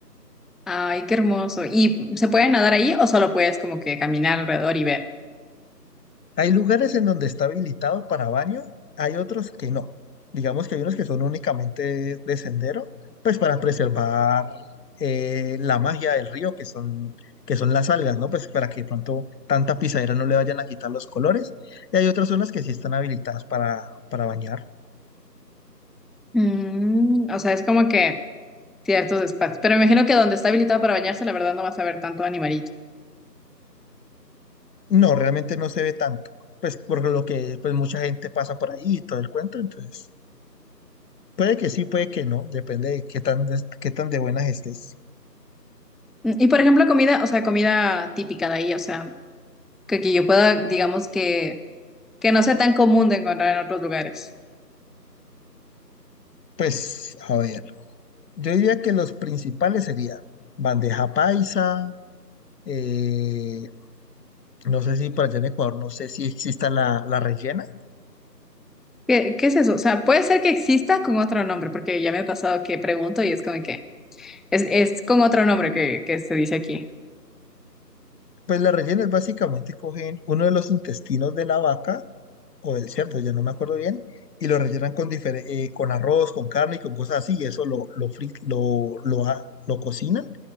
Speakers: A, in the centre; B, on the left (about 70°).
A: Ay, qué hermoso. ¿Y se puede nadar ahí o solo puedes como que caminar alrededor y ver?
B: Hay lugares en donde está habilitado para baño, hay otros que no. Digamos que hay unos que son únicamente de sendero, pues para preservar eh, la magia del río, que son, que son las algas, ¿no? Pues para que de pronto tanta pisadera no le vayan a quitar los colores. Y hay otras zonas que sí están habilitadas para, para bañar.
A: Mm, o sea, es como que ciertos espacios. Pero me imagino que donde está habilitado para bañarse, la verdad no vas a ver tanto animalito.
B: No, realmente no se ve tanto. Pues por lo que pues mucha gente pasa por ahí y todo el cuento, entonces puede que sí, puede que no, depende de qué tan, des- qué tan de buenas estés.
A: Mm, Y por ejemplo, comida, o sea, comida típica de ahí, o sea, que, que yo pueda, digamos que, que no sea tan común de encontrar en otros lugares.
B: Pues, a ver, yo diría que los principales serían bandeja paisa, eh, no sé si para allá en Ecuador, no sé si exista la, la rellena.
A: ¿Qué, qué es eso? O sea, puede ser que exista con otro nombre, porque ya me ha pasado que pregunto y es como que es, es con otro nombre que, que se dice aquí.
B: Pues la rellena es básicamente cogen uno de los intestinos de la vaca o del cerdo, ya no me acuerdo bien, y lo rellenan con, difer- eh, con arroz, con carne y con cosas así, y eso lo, lo, fri- lo, lo, a- lo cocinan